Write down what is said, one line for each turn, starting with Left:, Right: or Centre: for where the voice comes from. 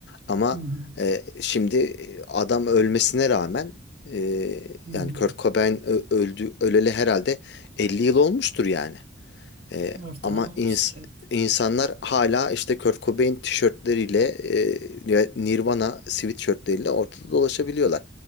Left: Ama
Right: hı hı,
Left: e, şimdi e, adam ölmesine rağmen e,
Right: hı hı.
Left: yani Kurt Cobain ö- öldü öleli herhalde 50 yıl olmuştur yani. E,
Right: Ortalama
Left: ama
Right: olmuştur.
Left: ins- insanlar hala işte Kurt Cobain tişörtleriyle e, Nirvana sweatshirtleriyle ortada dolaşabiliyorlar.